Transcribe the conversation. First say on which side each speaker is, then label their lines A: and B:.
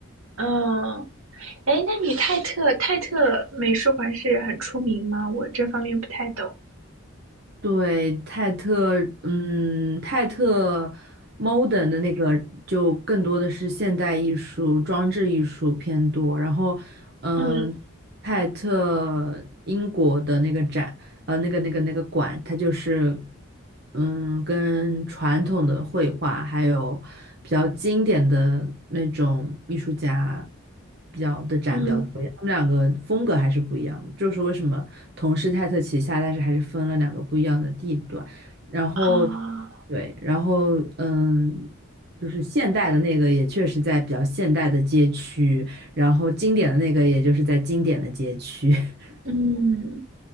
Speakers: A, on the right; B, on the right.
A: 嗯，哎，那你泰特泰特美术馆是很出名吗？我这方面不太懂。
B: 对，泰特，嗯，泰特 modern 的那个就更多的是现代艺术、装置艺术偏多。然后，嗯，
A: 嗯
B: 泰特英国的那个展，呃，那个那个那个馆，它就是，嗯，跟传统的绘画还有比较经典的那种艺术家比较的展比较多一点，
A: 嗯
B: 他们两个风格还是不一样的。就是为什么同是泰特旗下，但是还是分了两个不一样的地段。然后，
A: 啊
B: 对，然后嗯，就是现代的那个也确实在比较现代的街区，然后经典的那个也就是在经典的街区。<laughs>
A: 嗯，